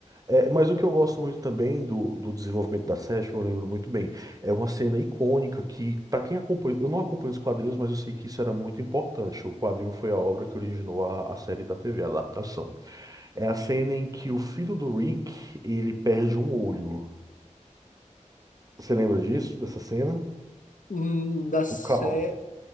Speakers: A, on the right; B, on the left.
A: É, mas o que eu gosto muito também do, do desenvolvimento da Session, eu lembro muito bem, é uma cena icônica que, para quem acompanha, eu não acompanho os quadrinhos, mas eu sei que isso era muito importante. O quadrinho foi a obra que originou a, a série da TV, a adaptação. É a cena em que o filho do Rick, ele perde um olho. Você lembra disso, dessa cena?
B: Hum, da série...
A: O Cal.